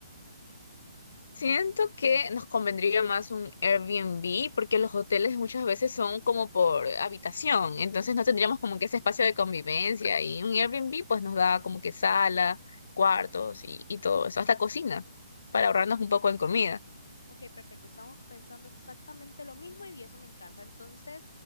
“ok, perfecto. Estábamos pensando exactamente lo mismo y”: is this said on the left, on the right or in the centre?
Left